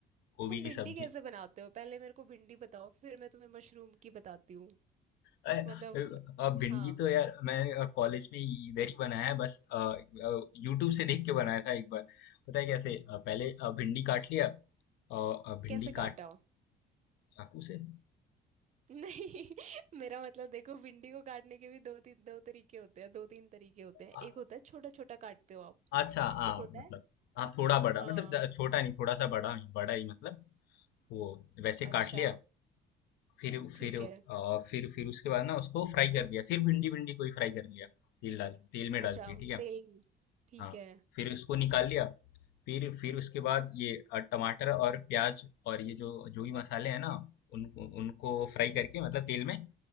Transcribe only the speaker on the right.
तुम
भिंडी
कैसे बनाते हो पहले मेरे को भिंडी बताओ फिर मैं तुम्हें मशरूम की बताती हूँ
मतलब
हाँ
कैसे
काटा हो
नहीं <laughs> मेरा मतलब देखो भिंडी को काटने के भी दो तीन दो तरीके होते हैं दो तीन तरीके होते हैं
एक होता है छोटा छोटा काटते हो आप
एक होता
है
हाँ
अच्छा
ठीक
है
अच्छा
तेल ठीक
है